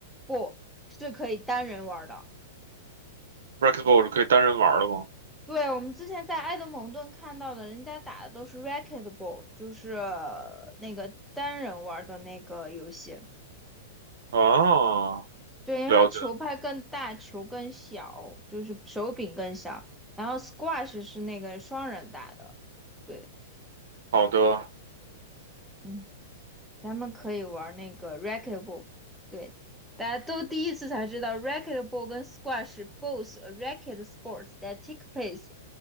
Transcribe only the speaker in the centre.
b a l l 是可以单人玩儿的。
对，我们之前在埃德蒙顿看到的，人家打的都是 r a c k e t b a l l 就是呃那个单人玩儿的那个游戏。
对，因为它球拍更大，
球更小，就是手柄更小。然后 squash 是那个双人打的。对，
嗯。咱们可以玩那个 racquetball，对，大家都第一次才知道 racquetball 跟 squash both a racket sports that take place，